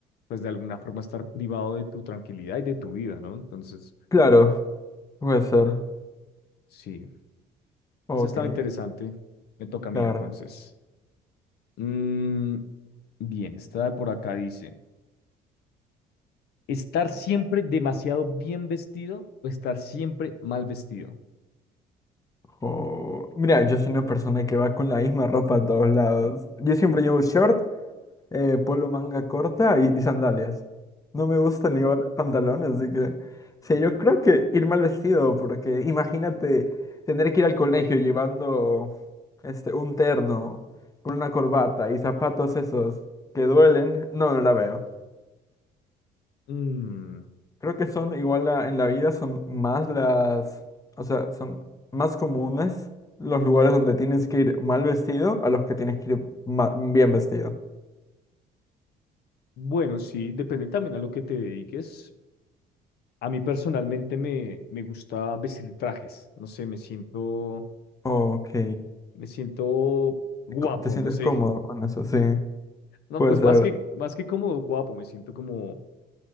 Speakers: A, on the left; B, on the left.
A: pues de alguna forma estar privado de tu tranquilidad y de tu vida, ¿no? Entonces,
B: Claro, puede ser.
A: sí,
B: Ok,
A: eso estaba interesante. Me toca a mí
B: la
A: entonces.
B: verdad.
A: Mm, bien, esta de por acá dice. ¿Estar siempre demasiado bien vestido o estar siempre mal vestido?
B: O- Mira, yo soy una persona que va con la misma ropa a todos lados. Yo siempre llevo short eh, polo manga corta y, y sandalias. No me gusta ni los pantalones, así que... Sí, yo creo que ir mal vestido, porque imagínate tener que ir al colegio llevando este, un terno con una corbata y zapatos esos que duelen. No, no la veo.
A: Mm,
B: Creo que son igual a- en la vida, son más las... O sea, son más comunes los lugares donde tienes que ir mal vestido a los que tienes que ir ma- bien vestido.
A: bueno, sí, depende también a lo que te dediques. A mí personalmente me, me gusta vestir trajes, no sé, me siento,
B: Ok.
A: me siento guapo,
B: co- ¿Te sientes
A: no sé.
B: cómodo
A: <laughs>
B: con eso? Sí.
A: No,
B: Puede
A: pues
B: ser.
A: más que, más que cómodo, guapo, me siento como,